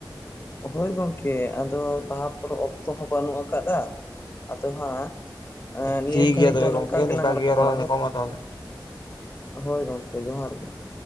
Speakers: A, on the left (about 30°); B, on the left (about 70°).
A: ᱦᱳᱭ ᱜᱚᱝᱠᱮ ᱟᱫᱚ ᱞᱟᱦᱟ ᱯᱚᱨᱚᱵ ᱚᱠᱛᱚ ᱦᱚᱸ ᱵᱟᱹᱱᱩᱜ ᱟᱠᱟᱫᱟ ᱟᱫᱚ ᱦᱟᱸᱜ ᱱᱤᱭᱟᱹ
B: ᱴᱷᱤᱠ
A: ᱜᱷᱟᱹᱲᱤᱡ
B: ᱜᱮᱭᱟ ᱛᱚᱵᱮ
A: ᱫᱚ ᱱᱚᱝᱠᱟ
B: ᱜᱚᱝᱠᱮ
A: ᱜᱮᱞᱟᱝ
B: ᱱᱤᱝᱠᱟ
A: ᱨᱚᱯᱚᱲᱟ
B: ᱜᱮ ᱟᱨᱦᱚᱸ ᱧᱟᱯᱟᱢᱟ
A: ᱦᱳᱭ ᱾
B: ᱛᱟᱦᱚᱞᱮ
A: ᱦᱳᱭ ᱜᱚᱝᱠᱮ ᱡᱚᱦᱟᱨ ᱜᱮ ᱾